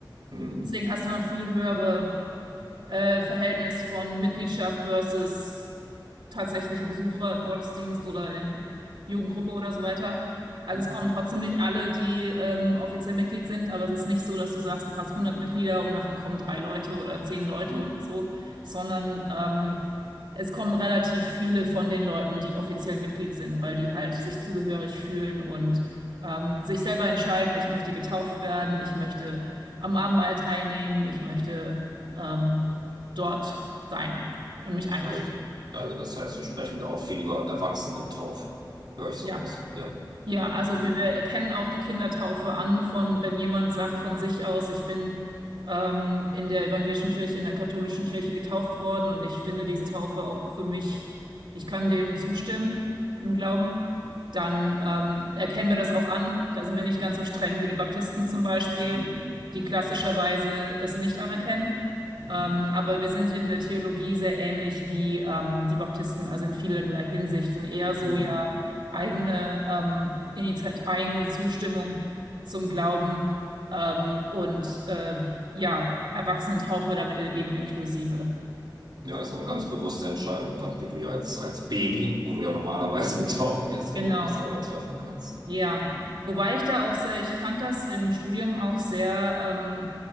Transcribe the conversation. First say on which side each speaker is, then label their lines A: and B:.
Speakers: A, on the right; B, on the right.
A: Mhm,
B: Deswegen hast du noch ein viel höhere äh, Verhältnis von Mitgliedschaft versus tatsächliche Besucher im Gottesdienst oder in Jugendgruppe oder so weiter. Also
A: mhm,
B: es kommen trotzdem nicht alle, die ähm, offiziell Mitglied sind, aber es ist nicht so, dass du sagst, du hast 100 Mitglieder und davon kommen drei Leute oder zehn Leute
A: mhm.
B: oder so, sondern ähm, es kommen relativ viele von den Leuten, die offiziell Mitglied sind, weil die halt sich zugehörig fühlen und ähm, sich selber entscheiden, ich möchte getauft werden, ich möchte am Abendmahl teilnehmen, ich möchte ähm, dort sein und mich einbringen.
A: Also, also das heißt, wir sprechen da auch viel über Erwachsenentaufe. Höre ich so
B: Ja.
A: raus. Ja.
B: Ja, also
A: Hm,
B: wir, wir erkennen auch die Kindertaufe an, von wenn jemand sagt von sich aus, ich bin ähm, in der evangelischen Kirche, in der katholischen Kirche getauft worden und ich finde diese Taufe auch für mich, ich kann dem zustimmen im Glauben, dann ähm, erkennen wir das auch an. Da sind wir nicht ganz so streng wie die Baptisten zum Beispiel,
A: hm,
B: die klassischerweise das nicht anerkennen.
A: hm,
B: Ähm, aber wir sind in der Theologie sehr ähnlich wie ähm, die Baptisten, also in vielerlei Hinsicht, sind eher so
A: hm.
B: ja eigene ähm, Initiat eigene Zustimmung zum Glauben ähm, und äh, ja, Erwachsenentaufe damit eben inklusive.
A: Ja, ist eine ganz bewusste Entscheidung dann, die du ja als, als Baby, wo du ja normalerweise <laughs> getauft wirst, ja
B: Genau,
A: überhaupt nicht selber treffen kannst.
B: ja.
A: Hm,
B: Wobei ich da auch sehr, ich fand das im Studium auch sehr, ähm,